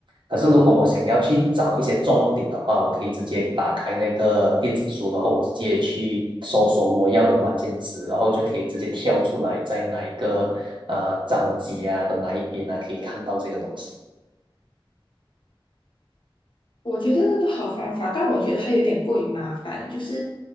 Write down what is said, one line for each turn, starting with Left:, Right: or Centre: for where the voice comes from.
Right: 可是如果我想要去找一些重点的话，我可以直接打开那个电子书，然后我直接去搜索我要的关键词，然后就可以直接跳出来在哪一个呃章节啊的哪一边啊可以看到这个东西。
Left: 我觉得那个好方法，但我觉得它有点过于麻烦，就是